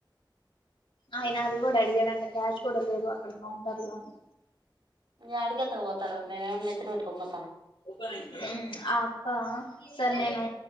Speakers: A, on the left; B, on the right.
A: ఆయన అది కూడా అడిగాడంటే క్యాష్ కూడా లేదు అక్కడ కౌంటర్ లో అని
B: యాడికెత్తుకు పోతారు మేమన్న నెత్తని పెట్కొ పొ
A: ఉ ఆ సార్ నేను